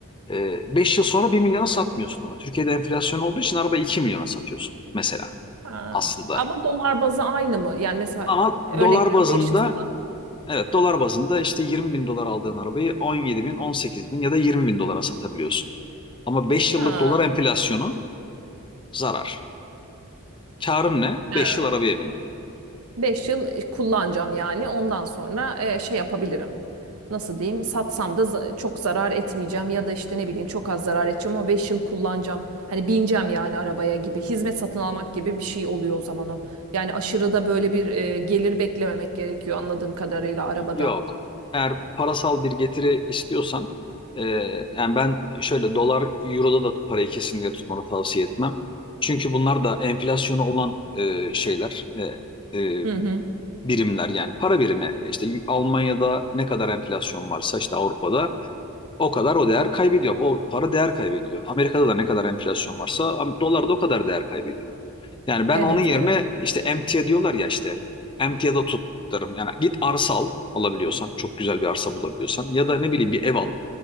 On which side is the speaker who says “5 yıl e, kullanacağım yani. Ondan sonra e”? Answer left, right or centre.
Right